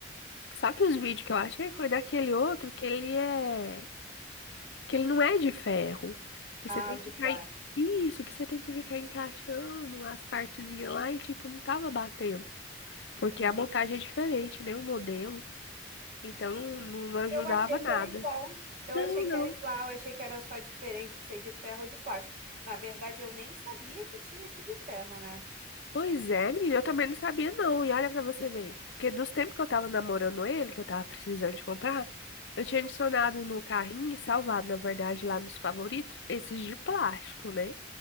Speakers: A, on the left (about 65°); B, on the right (about 45°).
A: Só que os vídeos que eu achei foi daquele outro que ele é, que ele não é de ferro, que
B: Ah,
A: você tem
B: o
A: que
B: de
A: ficar
B: plástico.
A: em- isso, que você tem que ficar encaixando as partezinhas lá e tipo não tava batendo. porque
B: Hum.
A: a montagem é diferente, né? O modelo. Então não, não ajudava
B: Eu achei
A: nada.
B: que era igual. Eu
A: Não,
B: achei
A: não.
B: que era igual, eu achei que era só diferente ser de ferro ou de plástico. Na verdade, eu nem sabia que tinha esse de ferro, né?
A: Pois é, menina, eu também não sabia não. E olha pra você ver. Porque dos tempos que eu tava namorando ele, que eu tava precisando de comprar, eu tinha adicionado no carrinho, salvado, na verdade, lá nos favoritos, esses de plástico, né?